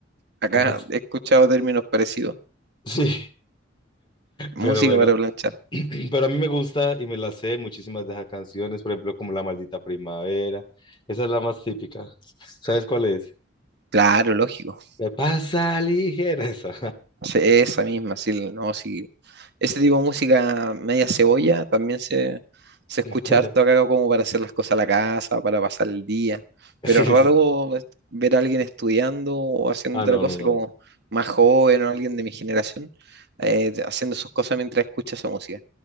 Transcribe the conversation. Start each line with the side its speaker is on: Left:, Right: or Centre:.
Right: acá
Left: <laughs>
Right: he escuchado términos parecidos.
Left: Sí,
Right: Música
Left: pero bueno,
Right: para planchar.
Left: <clears throat> Pero a mí me gusta y me la sé muchísimas de esas canciones, por ejemplo, como La Maldita Primavera. Esa es la más típica. ¿Sabes cuál es?
Right: Claro, lógico.
Left: Me pasa ligera esa.
Right: Sí, esa misma, sí, no, sí. Ese tipo de música media cebolla también se, se
Left: <laughs>
Right: escucha harto acá como para hacer las cosas a la casa, para pasar el día. Pero
Left: Sí,
Right: es raro
Left: sí.
Right: es- ver a alguien estudiando o haciendo
Left: Ah,
Right: otra
Left: no,
Right: cosa
Left: no, no,
Right: como
Left: no.
Right: más joven o alguien de mi generación eh, haciendo sus cosas mientras escucha esa música.